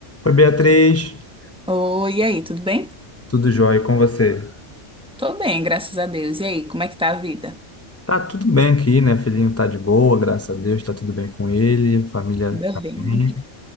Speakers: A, on the left; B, in the centre.
A: Oi, Beatriz.
B: Oi, e aí, tudo bem?
A: Tudo jóia e com você?
B: Tô bem, graças a Deus. E aí, como é que tá a vida?
A: Tá tudo bem aqui, né? Filhinho tá de boa, graças a Deus, tá tudo bem com ele, família
B: Ainda
A: tá
B: bem.
A: bem.